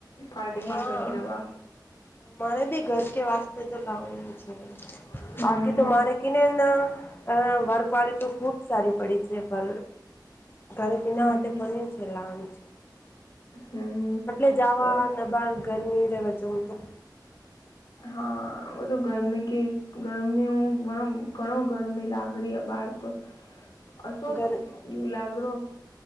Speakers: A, on the left; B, on the left.
A: ફાટગી
B: હા
A: સબ જોવા.
B: મારે બી ઘર કે વાસ્તે તો લવાનું છે
A: હમ
B: બાકી તો મારે કને અ વર્કવાળી તો ખુબ સારી પડી છે પર. ઘરી બીનાતે
A: હમ
B: કોની છે લાવણી છે.
A: હમ
B: એટલે જવાને
A: ઓર
B: બાર ગરમી રહેવા હું તો.
A: હા બધું ગરમી ક ગરમી ઘણ ઘણો ગરમી લાગ ર. બાર તો અ
B: ગર
A: લાગરો.